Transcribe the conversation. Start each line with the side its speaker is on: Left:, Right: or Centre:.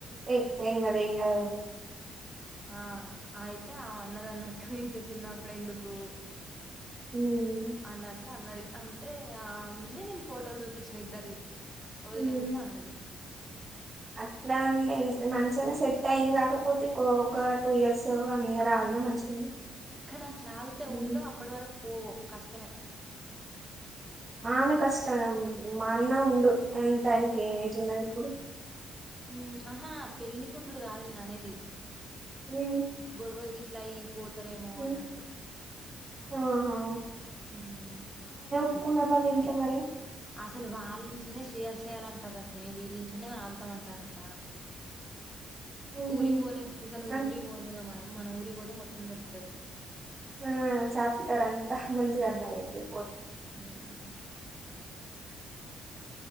Right: ఏ ఎగదు ఎగదు
Centre: ఆ ఆయ తే ఆ అన్నదన్నట్టు ఇంత చిన్నప్పుడు ఎందుకు
Right: ఉమ్
Centre: అన్నట్లా అన్నది అంటే ఆ అవునని నేను ఫోటోలు చూపించిన ఇద్దర్వి వదినదున్నది
Right: ఉమ్.
Centre: అన్నది
Right: అట్లా అంటే మంచినా సెట్ అయింది కాకపోతే ఒక టూ ఇయర్స్ వన్ ఇయర్
Centre: ఆ
Right: ఆగిన మంచిగానే
Centre: కానీ అట్లాగితే
Right: ఉమ్.
Centre: ఉండో అప్పటి వరకు పోవు కష్టమే
Right: ఆమె కష్టం మా అన్న ఉండు ఎంత ఆయనకు ఏం ఏజ్ ఉన్నా ఇప్పుడు
Centre: హ్మ్ ఆహా పెళ్ళ కుండడుడు కాదు నేను అనేది
Right: ఉమ్,
Centre: గోడవల్ గీ లై పోతారేమో
Right: ఉమ్.
Centre: అన్నట్టు
Right: ఆహా
Centre: ఉమ్మ్మ్
Right: ఒప్పుకున్నారా వాలా ఇంట్లో మరి
Centre: అసలు వాళ్ళ ఇంట్లోనే చేయాలి చెయాలంటారటనే వీళ్ళింట్లోనే ఆగుతామంటారట
Right: ఉహు
Centre: ఊరి బోలే ఇంకాను
Right: అన్-
Centre: ఊరి బోలేగా మన మన ఊరి పోతే మొత్తం తెలుతది
Right: ఆ చాప్టర్ అంతా మంచిగార్థమైతది
Centre: మ్మ్
Right: ఇపోతే
Centre: మ్మ్